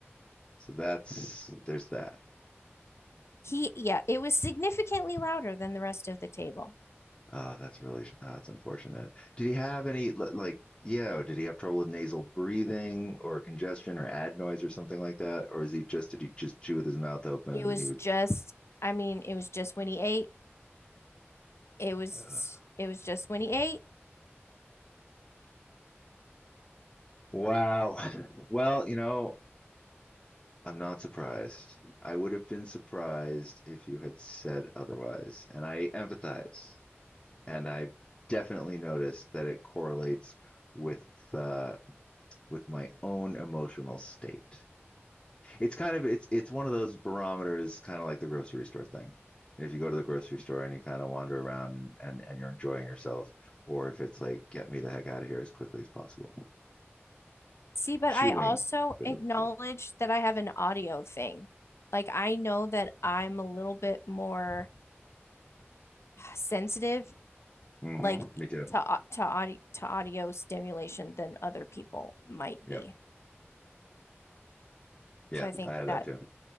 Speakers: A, on the left (about 20°); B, on the left (about 75°).
A: So that's there's that.
B: He, yeah, it was significantly louder than the rest of the table.
A: Ah, that's really ah, that's unfortunate. Did he have any li- like yeah, did he have trouble with nasal breathing or congestion or adenoids or something like that? Or is he just did he just chew with his mouth open
B: It
A: and
B: was
A: he would.
B: just, I mean, it was just when he ate. It was,
A: uh,
B: it was just when he ate.
A: wow. Well, you know, I'm not surprised. I would have been surprised if you had said otherwise, and I empathize. and I definitely noticed that it correlates with uh, with my own emotional state. It's kind of it's it's one of those barometers, kind of like the grocery store thing. If you go to the grocery store and you kind of wander around and, and and you're enjoying yourself, or if it's like get me the heck out of here as quickly as possible.
B: See, but
A: Chewing,
B: I also
A: good
B: acknowledge
A: of them too.
B: that I have an audio thing. Like I know that I'm a little bit more sensitive,
A: Mm-hmm.
B: like
A: Me too.
B: to au- to audio to audio stimulation than other people might
A: Yep.
B: be.
A: Yeah,
B: So I think
A: I have that
B: that
A: too.